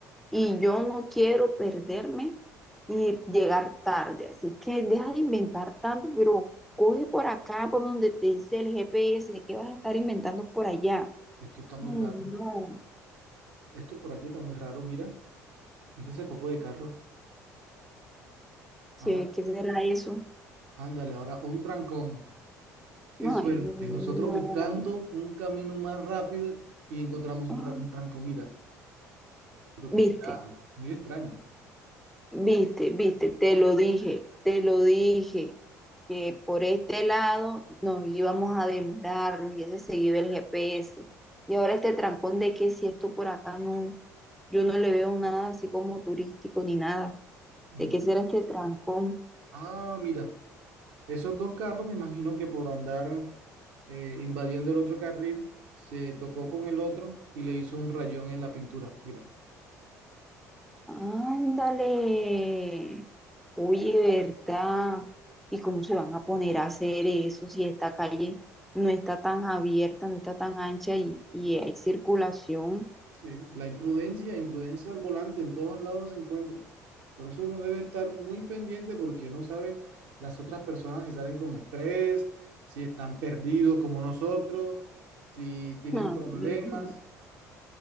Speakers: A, in the centre; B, on the right.
A: y yo no quiero perderme y llegar tarde. Así que deja de inventar tanto, pero coge por acá, por donde te dice el GPS, que vas a estar inventando por allá.
B: Esto está muy
A: Ay,
B: raro.
A: no,
B: Esto por aquí está muy raro, mira. Mira ese poco de carros. Ahora,
A: ¿qué, qué será eso?
B: Ándale, ahora un trancón. Qué
A: No,
B: suerte.
A: ay, no.
B: Nosotros buscando un camino más rápido y encontramos
A: Ah,
B: un, ra- un trancón. Mira, creo que
A: Viste,
B: será muy extraño.
A: viste, viste, te lo dije, te lo dije, que por este lado nos íbamos a demorar, hubiese seguido el GPS. Y ahora este trancón de que si esto por acá no, Yo no le veo nada así como turístico ni nada.
B: Mm.
A: ¿De qué será este trancón?
B: Ah, mira, esos dos carros me imagino que por andar eh, invadiendo el otro carril se tocó con el otro y le hizo un rayón en la pintura. Mira.
A: Ándale. Oye, ¿verdad? ¿Y cómo se van a poner a hacer eso si esta calle no está tan abierta, no está tan ancha y, y hay circulación?
B: Sí, la imprudencia, imprudencia al volante en todos lados se encuentra. Por eso uno debe estar muy pendiente porque no sabe las otras personas si salen con estrés, si están perdidos como nosotros, si tienen
A: No,
B: problemas.
A: no,